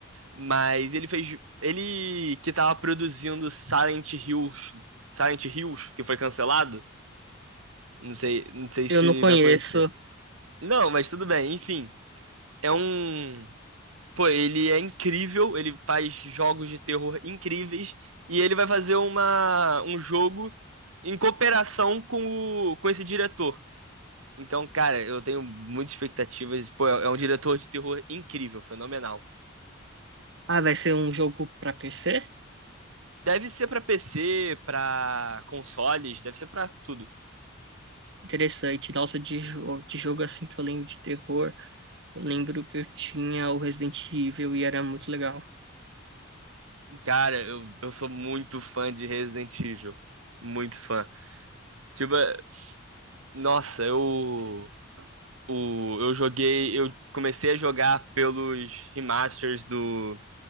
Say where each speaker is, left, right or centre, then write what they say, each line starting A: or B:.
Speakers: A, on the right; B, on the right.
A: Mas ele fez. Ele que tava produzindo Silent Hills. Silent Hills, que foi cancelado. Não sei, não sei
B: Eu
A: se
B: não conheço.
A: vai conhecer. Não, mas tudo bem, enfim. É um. Pô, ele é incrível, ele faz jogos de terror incríveis. E ele vai fazer uma, um jogo em cooperação com, o, com esse diretor. Então, cara, eu tenho muitas expectativas. Pô, é um diretor de terror incrível, fenomenal.
B: Ah, vai ser um jogo pra PC?
A: Deve ser pra PC, pra consoles, deve ser pra tudo.
B: Interessante. Nossa, de, jo- de jogo assim que eu lembro de terror. Eu lembro que eu tinha o Resident Evil e era muito legal.
A: Cara, eu, eu sou muito fã de Resident Evil. Muito fã. Tipo, é, nossa, eu, o, eu joguei. Eu comecei a jogar pelos remasters do,